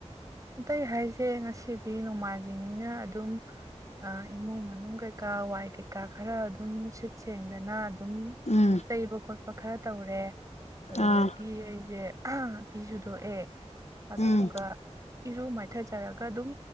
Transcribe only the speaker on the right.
ꯑꯇꯩ ꯍꯥꯏꯁꯦ ꯉꯁꯤꯗꯤ ꯅꯣꯡꯃꯥꯟꯖꯤꯡꯅꯤꯅ ꯑꯗꯨꯝ ꯏꯃꯨꯡ ꯃꯅꯨꯡ ꯀꯩꯀꯥ ꯋꯥꯏ ꯀꯩꯀꯥ ꯈꯔ ꯑꯗꯨꯝ ꯁꯤꯠ ꯁꯦꯡꯗꯅ ꯑꯗꯨꯝ
ꯇꯩꯕ ꯈꯣꯠꯄ ꯈꯔ ꯇꯧꯔꯦ ꯑꯗꯨꯗꯒꯤ
ꯑꯩꯁꯦ ꯐꯤꯁꯨꯗꯣꯛꯑꯦ ꯑꯗꯨꯗꯨꯒ
ꯏꯔꯨ ꯃꯥꯏꯊꯖꯔꯒ ꯑꯗꯨꯝ